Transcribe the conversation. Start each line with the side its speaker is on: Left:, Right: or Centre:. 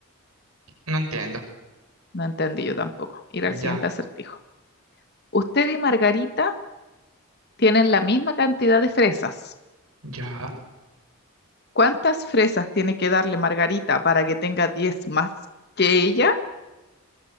Right: No entiendo.
Left: No entendí yo tampoco. Ir al siguiente
Right: Ya,
Left: acertijo. Usted y Margarita tienen la misma cantidad de fresas.
Right: ya.
Left: ¿Cuántas fresas tiene que darle Margarita para que tenga 10 más que ella?